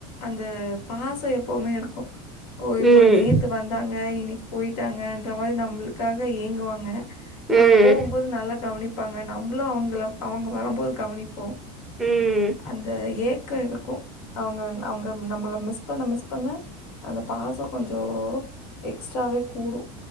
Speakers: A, on the left; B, in the centre.
A: அந்த பாச எப்பவுமே இருக்கு ஓ இப்போ
B: ம்
A: நேத்து வந் தாங்க இன்னெக்கு போயிட்டாங்கன்ற மாரி நம்மளுக்காக ஏங்குவாங்க
B: ம்
A: நம்ம
B: ம்
A: போகும்போது நல்லா கவனிப்பாங்க நம்ளு அவுங்கள அவுங்க வரும்போது கவனிப்போ
B: ம்.
A: அந்த ஏக்க இருக்கு அவங்க அவங்க நம்மள மிஸ் பண்ண மிஸ் பண்ண அந்த பாச கொஞ்ச எக்ஸ்ட்ராவே கூடு